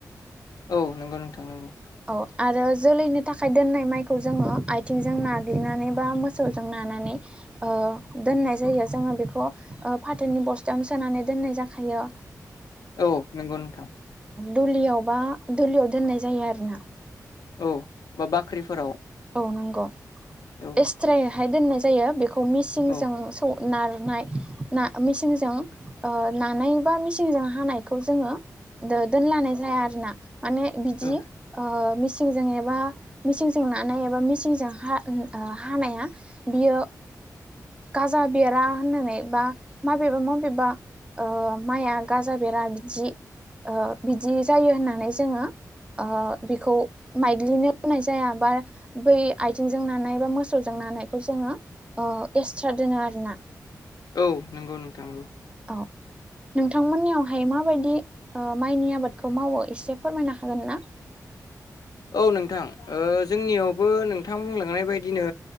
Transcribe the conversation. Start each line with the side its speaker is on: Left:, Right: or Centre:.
Left: औ नंगौ नोंथां नंगौ
Right: औ आरो जोलैनो थाखाय दोननाय माइखौ जोङो आथिंजों नाग्लिनानै बा मोसौजों नानानै ओ दोननाय जायो जोङो बेखौ फाथोनि बस्थायावनो सोनानै दोननाय जाखायो
Left: औ नंगौ नोंथां
Right: दुलियावबा दुलियाव दोननाय जायो आरोना
Left: औ बा बाख्रिफोराव
Right: औ नंगौ
Left: औ
Right: एस्ट्रायैहाय दोननाय जायो बेखौ मिसिंजों
Left: औ
Right: सौ नारनाय ना मेसिनजों नानाय बा मेसिनजों हानायखौ जोङो दो दोनलानाय जाया आरो ना माने बिदि
Left: औ
Right: मिसिनजों एबा मिसिनजों ना एबा मिसिनजों हानाया बियो गाजा बेरा होननानै बा माबेबा मबेबा माइआ गाजा बेरा बिदि बिदि जायो होननानै जोङो बेखौ मायग्लिनो होनाय जाया बा बै आथिंजों नानाय बा मोसौजों नानायखौ जोङो अ एक्सट्रा दोनो आरोना
Left: औ नंगौ नोंथाङ
Right: दाउ नोंथांमोननियावहाय माबायदि ओ माइनि आबादखौ मावो एसे फोरमायनो हागोन ना <inaudible>
Left: औ नोंथां ओ जोंनियावबो नोंथां बुंलांनाय बादिनो